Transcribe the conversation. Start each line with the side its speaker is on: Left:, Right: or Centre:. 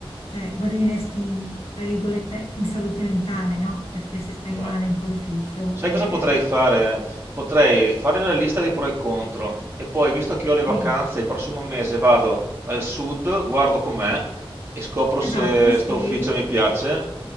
Left: cioè guadagneresti in tra virgolette "in salute mentale", no, perché se stai
Right: Bravo.
Left: male in quell'ufficio,
Right: Sai
Left: ehm
Right: cosa potrei fare? Potrei fare la lista dei pro e contro e poi, visto che ho le vacanze,
Left: sì,
Right: il prossimo mese vado al sud, guardo com'è e scopro
Left: esatto,
Right: se
Left: sì,
Right: sto ufficio mi piace,